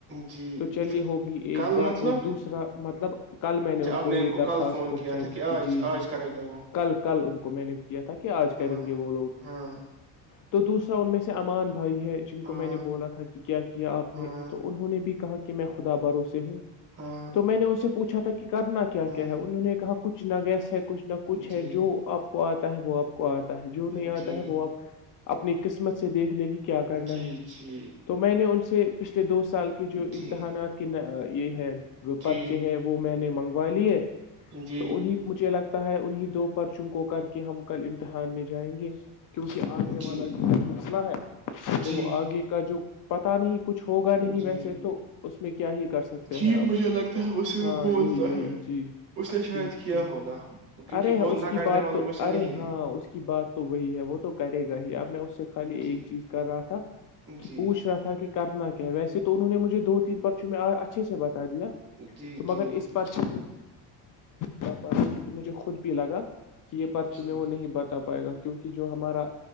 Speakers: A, on the right; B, on the left.
A: جی،
B: تو چلیے
A: ف
B: ہوگی ایک
A: کل
B: بات
A: مطلب
B: اور دوسرا مطلب کل میں نے
A: اچھا
B: ان
A: آپ
B: کو یہ درخواست
A: کل فون
B: پہنچا
A: کیا تھا
B: دی
A: کہ
B: تھی
A: آج
B: جی جی
A: آج کرے گا وہ
B: کل کل ان کو میں نے کیا تھا کہ آج کریں
A: ہاں
B: گے وہ لوگ
A: ہاں
B: تو دوسرا ان میں سے امان بھائی ہے جن کو
A: ہاں
B: میں نے بولا تھا کہ کیا آپ
A: ہاں
B: نے تو انہوں نے بھی کہا کہ میں خدا باروں سے ہوں
A: ہاں
B: تو میں نے اس سے پوھا تھا کہ کرنا کیا
A: ہاں
B: کیا ہے انہوں نے کہا کچھ نہ گس کچھ نہ کچھ ہے
A: جی
B: جو آپ کو آ تا ہے وہ آپ کو آ جو
A: جی
B: نہیں آتا ہے وہ آپ اپنی قسمت سے دیکھ لے کہ کیا کرنا
A: جی
B: ہے
A: جی
B: تو میں نے ان سے سے پچھلے دو سال کے جو
A: جی
B: امتحانات کے یہ ہے
A: جی
B: پرچے ہے وہ میں نے منگوا لیے
A: جی
B: تو
A: جی
B: انہیں مجھے لگتا ہے انہیں دو پرچوں کو کر کے ہم کل امتحان میں جائیں گے کیونکہ آگے
A: جی
B: والا جو مسئلہ ہے تو
A: جی
B: وہ آگے کا جو پت ت نہیں کچھ ہوگا نہیں
A: جی
B: ویسے تو اس میں کیا ہی کر سکتے
A: جی
B: ہیں اپ
A: مجھے لگتا ہے وہ صرف
B: ہاں
A: بولتا
B: یہی یہی
A: ہے
B: جی
A: اس نے شاید
B: ٹھیک
A: کیا
B: ٹھیک
A: ہوگا کیونکہ
B: ارے اس
A: وہ نہ
B: کی
A: کرنے
B: بات
A: والوں
B: تو
A: میں سے
B: ارے
A: نہیں ہے
B: ہاں اس کی بات تو وہی ہے وہ تو کرے گا ہی اب میں اس سے خالی
A: جی
B: ایک چیز کر رہا تھا کہ
A: جی
B: پوچھ رہا تھا کہ کرنا کیا ہے وسے تو انہوں نے مجھے دو تین پرچوں میں اچھے سے بتا دیا
A: جی
B: تو
A: جی
B: مگر اس پرچ کیوںک مجھے خود بھی لگا کہ یہ پرچی
A: جی
B: میں وہ نہیں بتا پائے گا کیونکہ جو ہمارا